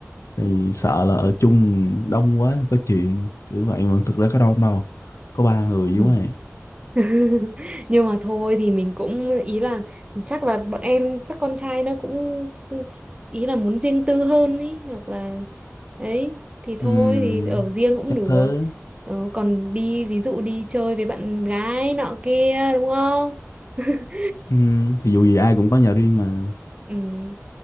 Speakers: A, on the left; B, on the right.
A: thì sợ là ở chung đông quá có chuyện kiểu vậy mà thực ra có đông đâu có ba người
B: ừ.
A: chứ mày
B: <laughs> Nhưng mà thôi thì mình cũng ý là chắc là bọn em chắc con trai nó cũng ý là muốn riêng tư hơn ý hoặc là ấy thì thôi
A: Ừm,
B: thì ở riêng cũng
A: chắc
B: được.
A: thế
B: Ờ, còn đi ví dụ đi chơi với bạn gái nọ kia đúng không? <laughs>
A: Ừm, thì dù gì ai cũng có nhà riêng mà
B: Ừ.